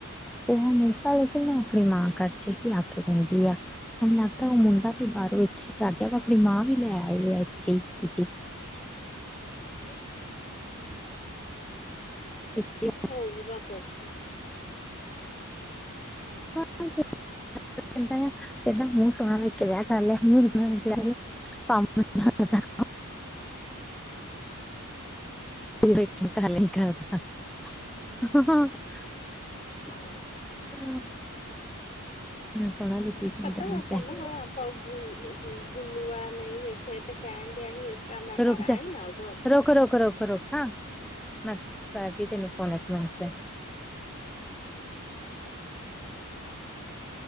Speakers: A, in the centre; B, on the left.
A: ਤੇ ਉਹ ਹਮੇਸ਼ਾ ਲੇਕਿਨ ਮੈਂ ਆਪਣੀ ਮਾਂ ਘਰ ਚ ਹੀ ਆ ਕੇ ਰਹਿੰਦੀ ਆ। ਹੁਣ ਲੱਗਦਾ ਉਹ ਮੁੰਡਾ ਵੀ ਬਾਹਰੋਂ ਇੱਥੇ ਲੱਗ ਗਿਆ ਵਾ ਆਪਣੀ ਮਾਂ ਵੀ ਲੈ ਆਏ ਆ ਇਥੇ
B: <unintelligible>
A: ਇੱਥੇ
B: ਹੋਊਗਾ ਕੁਛ
A: <unintelligible> ਕਹਿੰਦਾ ਆ ਮੂੰਹ ਸੋਹਣਾ ਦੇਖ ਕੇ ਵਿਆਹ ਕਰਲਿਆ <unintelligible> ਪੰਪ <unintelligible> <unintelligible>
B: ਹਮ।
A: <unintelligible>
B: ਪਤਾ ਵਾ ਚੰਗਾ ਹੋਇਆ ਆਪਾਂ ਗੁੱਲੂ ਵਾਲਾ ਨਹੀਂ ਵੇਖਿਆ ਤੇ ਕਹਿਣ ਡਿਆ ਸੀ ਮੈਂ
A: ਰੁਕ
B: ਘਰ ਆਈ
A: ਜਾ
B: ਨਾ ਉਦੋਂ
A: ਰੁਕ -ਰੁਕ, ਰੁਕ -ਰੁਕ ਨਾ। ਮੈ ਕਰਦੀ ਤੈਨੂੰ ਫੋਨ ਇੱਕ ਮਿੰਟ ਚ <inaudible>